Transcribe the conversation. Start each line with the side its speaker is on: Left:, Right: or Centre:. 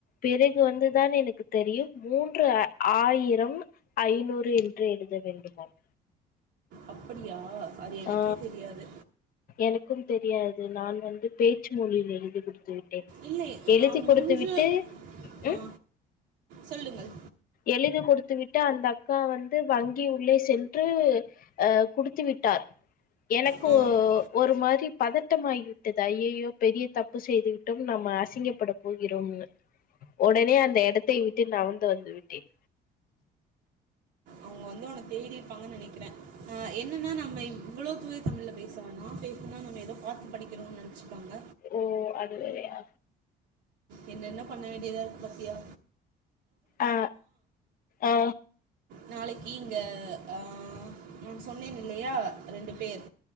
Left: பிறகு வந்துதான் எனக்கு தெரியும் மூன்று ஆ ஆயிரம் ஐநூறு என்று எழுத வேண்டுமாம்
Right: அப்படியா அது எனக்கே
Left: ஆ
Right: தெரியாது
Left: எனக்கும் தெரியாது நான் வந்து பேச்சு மொழியில் எழுதி கொடுத்து விட்டேன்
Right: இல்லை
Left: எழுதி
Right: நான்
Left: கொடுத்து
Right: மூன்று
Left: விட்டு
Right: ஆ
Left: ம்
Right: சொல்லுங்கள்
Left: எழுதி கொடு கொடுத்து விட்டு அந்த அக்கா வந்து வங்கி உள்ளே சென்று ஆ குடுத்து விட் விட்டார் எனக்கு
Right: ஆ ஆ
Left: ஓர் ஒரு மாரி பதட்டமாகிவிட்டது ஐயயோ பெரிய தப்பு செய்துவிட்டோம் நம் அசிங்கப்பட போகிறோம்னு உடனே அந்த இடத்தை விட்டு நவுந்து வந்து வந்து விட்டேன்
Right: அவங்க வந்து உன்ன தேடிிருப்பாங்கன்னு நினைக்கிறேன் என்னன்னா நம்ம இவ்வளோ தூவே தமிழில் பேசவனா பேசுனா நம்ம ஏதோ பார்த்து படிக்கணும்ன்னனு நினச்சிருப்பாங்க
Left: ஓ அதுவேரயா
Right: என்ன என்ன பண்ண வேண்டியதா இருக்கு பாத்தியா
Left: ஆ ஆ
Right: நாளேக்கு இங்க ஆஹ் நான் சொன்னேன் இல்லையா ரெண்டு பேர்